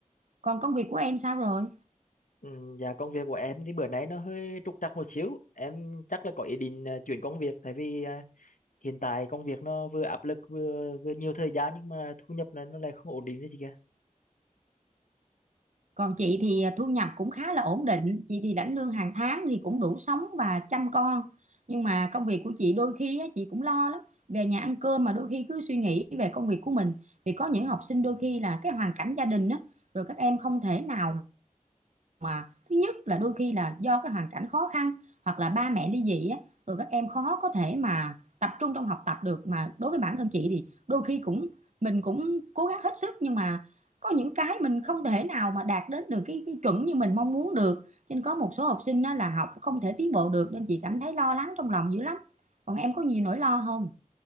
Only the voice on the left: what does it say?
Ừ, dạ công việc của em thì bữa nay nó hơi trục trặc một xíu. Em chắc là có ý định ờ, chuyển công việc tại vì ờ, hiện tại công việc nó vừa áp lực vừa vừa nhiều thời gian nhưng mà thu nhập là nó lại không ổn định đấy chị kìa.